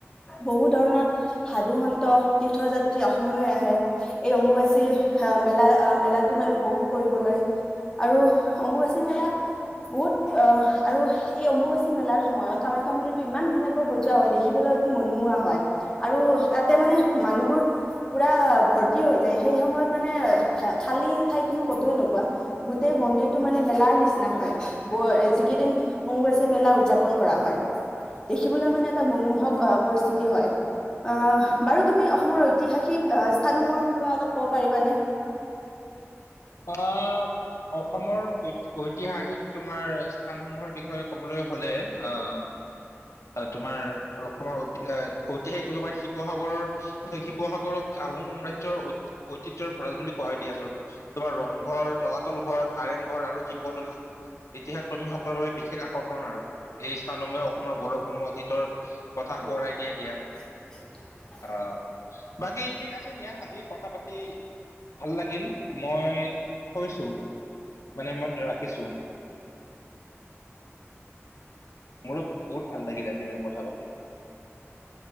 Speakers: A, on the left; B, on the left.
A: বহুত ধৰণৰ সাধুসন্ত তীৰ্থযাত, অসমলৈ আহে এই অম্বুবাচী আহ, মেলা আহ, মেলাটো মানে উপভোগ কৰিবলৈ আৰু অম্বুবাচী মেলা বহুত আহ, আৰু এই অম্বুবাচী মেলাৰ সময়ত কামাখ্যামন্দিৰটো ইমান ধুনীয়াকৈ হৈ যোৱা হয় দেখিবলৈ কি মনোমোহা হয়। আৰু তাতে মানে মানুহবোৰ, পুৰা ভৰ্তি হৈ যায় সেই সময়ত মানে খালী ঠাই তুমি কতো নোপোৱা গোটেই মন্দিৰটো মানে মেলাৰ নিচিনা হয় ।যিকেইদিন অম্ববাচী মেলা উদযাপন কৰা হয়, দেখিবলৈ মানে এটা মনোমোহক আহ, পৰিস্থিতি হয় ।আহ, বাৰু তুমি অসমৰ, ঐতিহাসিক স্থান সমূহৰ বিষয়ে অলপ ক'ব পাৰিবানে?
B: আহ, অসমৰ ঐ, ঐতিহাসিক তোমাৰ, স্থানসমূহৰ বিষয়ে ক'বলৈ হলে আহ, তোমাৰ, - অসমৰ ঐতিহাসিক বুলি শিৱসাগৰ- শিৱসাগৰক আহোম সাম্ৰাজ্ৰৰ ঐতিহ্যৰ ভৰাল বুলি কোৱা হয় দিয়াচোন। তোমাৰ ৰংঘৰ, তলাতল ঘৰ, কাৰেং, ঘৰ আৰু শিৱদৌল ইতিহাস কৰ্মীসকলৰ বাবে, বিশেষ আকৰ্ষণ আৰু, সেই স্থানসমূহে অসমৰ গৌৰৱসমূহ অতীতৰ -কথা সোঁৱৰাই দিয়াই দিয়া।
A: <unintelligible>
B: অহ, বাকী ঠিক আছে দিয়া আজি কথা- পাতি ভাল লাগিল। মই থৈছোঁ, মানে মই ৰাখিছোঁ। মোৰো বহুত ভাল লাগিল আজি মানে কথা পাতি।